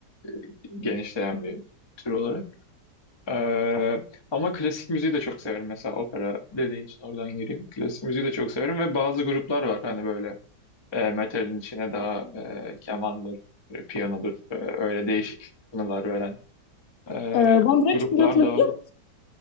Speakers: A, on the left; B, on the left.
A: e, genişleyen bir tür olarak. E, ama klasik müziği de çok severim. Mesela opera dediğin için oradan gireyim. Klasik müziği de çok severim ve bazı gruplar var hani böyle e, metalin içine daha e, kemandır, e, piyanodur e, öyle değişik tınılar veren e,
B: Ee, One Direction
A: gruplar
B: grubunu
A: da
B: biliyor
A: var.
B: musun?